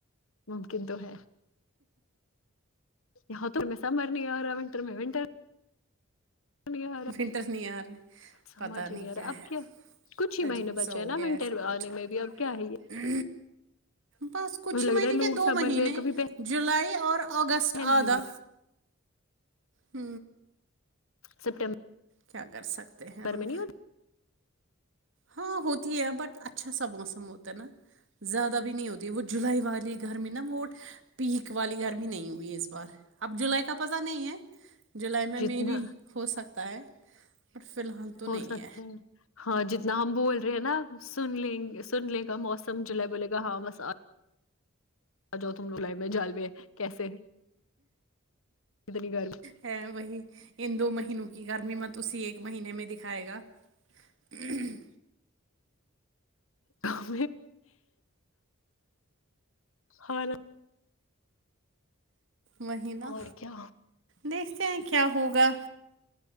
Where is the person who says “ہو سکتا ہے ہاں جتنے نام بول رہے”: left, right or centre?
Left